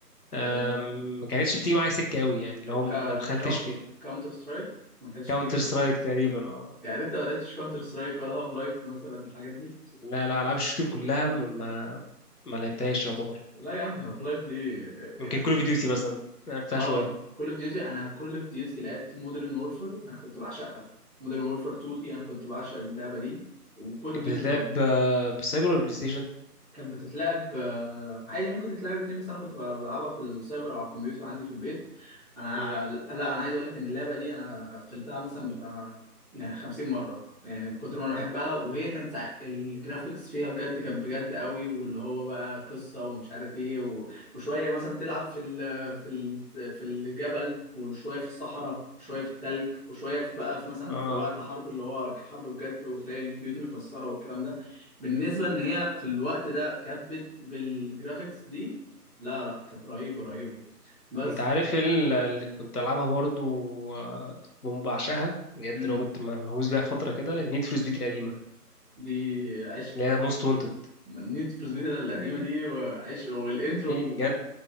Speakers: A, on the left; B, in the centre.
A: أم،
B: آه،
A: ما كانتش بتيجي معايا سكه قوي يعني اللي
B: ك
A: هو ما
B: ك-
A: دخلتش فيها
B: كاونتر سترايك ما كانتش
A: كاونتر
B: بتيجي
A: سترايك تقريبا اه
B: يعني انت ما لعبتش كاونتر سترايك ولا هاف لايف مثلا الحاجات دي
A: لا لا العاب الشوتينج كلها ما ما لعبتهاش يعتبر
B: لا يا عم دي هاف لايف دي
A: يمكن
B: يعني
A: كول اوف ديوتي مثلا لعبتها
B: اه
A: شويه
B: كول اوف ديوتي انا كول اوف ديوتي لعبت مودرن وورفير انا كنت بعشقها مودرن وورفير 2 دي انا كنت بعشق اللعبه دي وكول اوف
A: كانت
B: ديوتي
A: بتتلعب آه، بالسايبر ولا بلاي ستيشن
B: كانت بتتلعب آه، عادي ممكن تتلعب الاثنين بس انا كنت ب- بلعبها في السايبر او على الكمبيوتر عندي في البيت انا
A: مم.
B: لا انا عايز اقول لك ان اللعبه دي انا قفلتها مثلا بتاع يعني 50 مره يعني من كتر ما انا بحبها وهي كانت سع- الجرافيكس فيها بجد كانت بجد قوي واللي هو بقى قصه ومش عارف ايه و... وشويه مثلا تلعب في ال... في ال... في الجبل وشويه في الصحراء وشويه في التلج وشويه في بقى في مثلا
A: اه
B: في وقت حرب اللي هو حرب بجد وتلاقي البيوت مكسره والكلام ده بالنسبه ان هي في الوقت ده كانت بت- بالجرافيكس دي لا لا كانت رهيبه رهيبه بس
A: انت عارف ال- اللي كنت العبها برضو آه، كنت بقوم بعشقها بجد
B: امم
A: لو كنت م- مهووس بيها فتره كده نيد فور سبيد القديمه
B: دي عشق
A: اللي هي موست وانتد
B: نيد فور سبيد القديمه
A: دي
B: دي وعشق والانترو
A: بجد